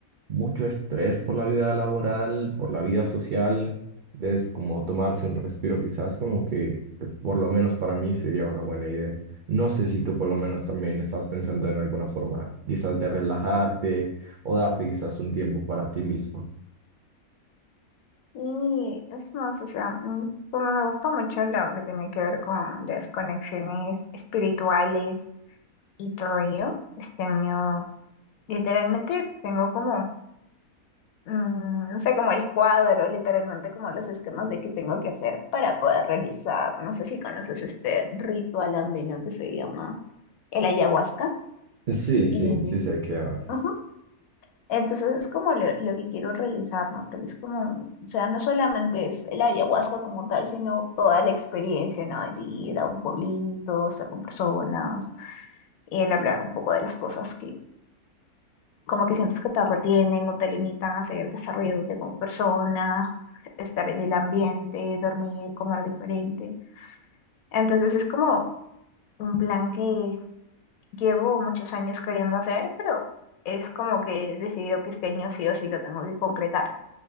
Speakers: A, on the right (about 75°); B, on the left (about 75°).
A: mucho estrés por la vida laboral, por la vida social, es como tomarse un respiro quizás, como que eh, por lo menos para mí sería una buena idea. No sé si tú por lo menos también estás pensando en alguna forma quizás de relajarte o darte quizás un tiempo para ti mismo.
B: Y es más, o sea, mm, como me gusta mucho lo que tiene que ver con las conexiones espirituales y todo ello, este año literalmente tengo como mm, no sé, como el cuadro, literalmente como los esquemas de qué tengo que hacer para poder realizar. No sé si conoces este ritual andino que se llama el ayahuasca.
A: Sí, sí,
B: Y,
A: sí sé de qué hablas.
B: ujú, Entonces es como lo, lo que quiero realizar, ¿no? Porque es como, o sea, no solamente es el ayahuasca como tal, sino toda la experiencia, ¿no? El ir a un pueblito, estar con personas, y el hablar un poco de las cosas como que sientes que te retienen o te limitan a seguir desarrollándote como persona, estar en el ambiente, dormir, comer diferente. Entonces es como un plan que llevo muchos años queriendo hacer, pero es como que he decidido que este año sí o sí lo tengo que concretar.